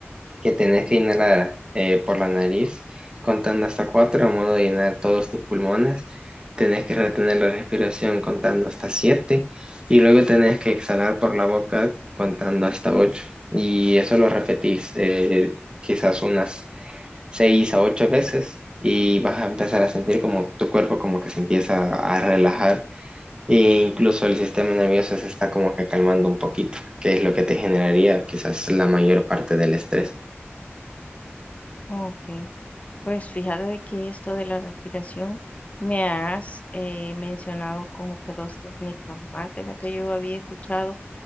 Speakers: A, on the right (about 20°); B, on the left (about 30°).
A: que tenés que inhalar eh, por la nariz, contando hasta cuatro, a modo de llenar todos tus pulmones. Tenés que retener la respiración contando hasta siete y luego tenés que exhalar por la boca contando hasta ocho. Y eso lo repetís eh, quizás unas seis a ocho veces y vas a empezar a sentir como tu cuerpo como que se empieza a relajar e incluso el sistema nervioso se está como que calmando un poquito, que es lo que te generaría quizás la mayor parte del estrés.
B: Ok, pues fíjate de que esto de la respiración me has eh, mencionado como que dos técnicas más de las que yo había escuchado.